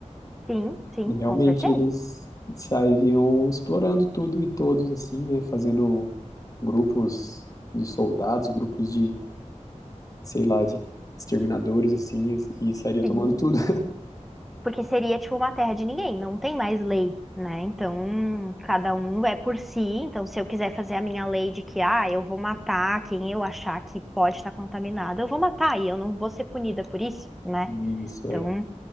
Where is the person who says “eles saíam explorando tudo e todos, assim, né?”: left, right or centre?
Left